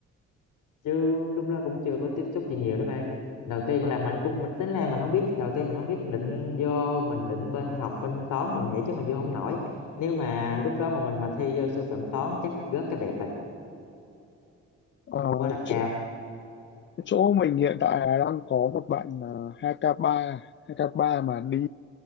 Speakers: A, on the left; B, on the left.
A: chứ lúc đó cũng chưa có tiếp xúc gì nhiều đó bạn đầu tiên
B: Ờ,
A: là mình cũng mình tính là mình không biết đầu tiên mình không biết định vô mình định bên học bên toán mà mình nghĩ chứ mình vô không nổi nếu mà lúc đó mà mình mà thi vô sư phạm toán chắc rớt cái bẹp
B: ờ,
A: quá là
B: chỗ
A: cao
B: chỗ mình hiện tại là đang có một bạn ờ, 2K3, 2K3 mà đi